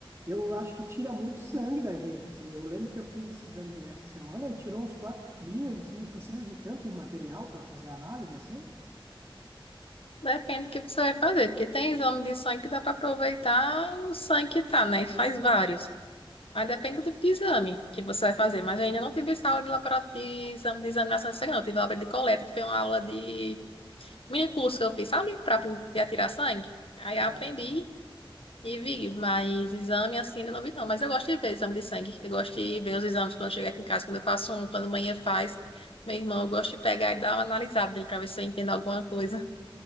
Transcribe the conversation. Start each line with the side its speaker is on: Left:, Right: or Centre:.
Right: eu acho que tira muito sangue da gente, assim. Eu lembro que eu fiz esse exame essa semana e tirou uns quatro tubinhos, assim. Precisa de tanto material para fazer a análise, assim?
Left: Depende do que você vai fazer, porque tem exame de sangue que dá para aproveitar o sangue que tá, né? E faz vários. Aí depende do tipo de exame que você vai fazer. Mas eu ainda não tive essa aula de laboratório de exame de examinação de sangue, não. Eu tive aula de coleta, que foi uma aula de mini curso que eu fiz, sabe? Para aprender a tirar sangue. Aí eu
Right: Ah,
Left: aprendi e vi, mas exame assim ainda não vi, não. Mas eu gosto de ver exame de sangue. Eu gosto de ver os exames quando eu chego aqui em casa, quando eu faço um, quando a manhã faz. Meu irmão, eu gosto de pegar e dar uma analisada dele para ver se eu entendo alguma coisa.